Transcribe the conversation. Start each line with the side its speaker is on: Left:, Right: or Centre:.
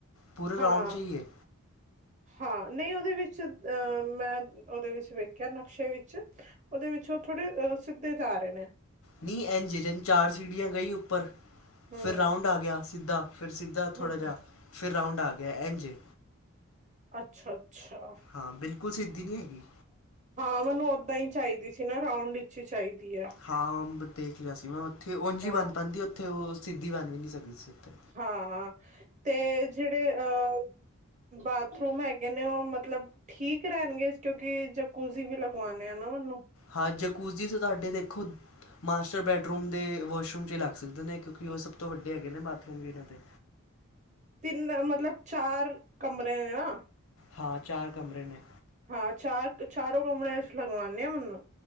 Left: ਪੂਰੇ
Right: ਹਾਂ
Left: ਰਾਊਂਡ 'ਚ ਹੀ ਹੈ।
Right: ਹਾਂ ਨਹੀਂ ਉਹਦੇ ਵਿੱਚ ਮੈਂ ਉਹਦੇ ਵਿੱਚ ਵੇਖਿਆ ਨਕਸ਼ੇ ਵਿੱਚ। ਉਹਦੇ ਵਿੱਚ ਉਹ ਥੋੜੇ ਸਿੱਧੇ ਜਾ ਰਹੇ ਨੇ।
Left: ਨਹੀਂ ਐਨਝੇਜਨ ਚਾਰ ਸੀੜੀਆਂ ਗਈ ਉੱਪਰ
Right: ਹਮ
Left: ਫਿਰ ਰਾਊਂਡ ਆ ਗਿਆ ਸਿੱਧਾ। ਫਿਰ ਸਿੱਧਾ ਥੋੜ੍ਹਾ
Right: ਹਮ
Left: ਜਿਹਾ
Right: ਹਮ
Left: ਫਿਰ ਰਾਊਂਡ ਆ ਗਿਆ ਇੰਜ ਏ।
Right: ਅੱਛਾ-ਅੱਛਾ।
Left: ਹਾਂ ਬਿਲਕੁਲ ਸਿੱਧੀ ਨੀ ਹੈਗੀ।
Right: ਹਾਂ ਮੈਨੂੰ ਓਦਾਂ ਈ ਚਾਹੀਦੀ ਸੀ ਨਾ ਰਾਊਂਡ ਵਿੱਚ ਈ ਚਾਹੀਦੀ ਐ।
Left: ਹਾਂ ਦੇਖ ਲਿਆ ਸੀ ਮੈਂ ਉੱਥੇ ਉਝ
Right: ਹਾਂ
Left: ਈ ਬਣ ਪਾਂਦੀ ਉੱਥੇ ਉਹ ਸਿੱਧੀ ਬਣ ਵੀ ਨੀ ਸਕਦੀ ਸੀ ਉੱਥੇ।
Right: ਹਾਂ, ਤੇ ਜਿਹੜੇ ਅ ਬਾਥਰੂਮ ਹੈਗੇ ਨੇ ਉਹ ਮਤਲਬ ਠੀਕ ਰਹਿਣਗੇ ਕਿਉਂਕਿ ਜਕੂਜੀ ਵੀ ਲਗਵਾਣੇ ਆ ਨਾ ਮੈਨੂੰ।
Left: ਹਾਂ ਜਕੂਜੀ ਤੁਹਾਡੇ ਦੇਖੋ ਮਾਸਟਰ ਬੈਡਰੂਮ ਦੇ ਵਾਸ਼ਰੂਮ 'ਚ ਹੀ ਲੱਗ ਸਕਦੇ ਨੇ ਕਿਉਂਕਿ ਉਹ ਸਭ ਤੋਂ ਵੱਡੇ ਹੈਗੇ ਨੇ ਬਾਥਰੂਮ ਇਹਨਾਂ ਦੇ।
Right: ਤਿੰਨ ਮਤਲਬ ਚਾਰ ਕਮਰੇ ਨੇ ਨਾ।
Left: ਹਾਂ ਚਾਰ ਕਮਰੇ ਨੇ।
Right: ਹਾਂ ਚਾਰ ਚਾਰੋਂ ਕਮਰੇ 'ਚ ਲਗਵਾਨੇ ਆ ਮੈਨੂੰ।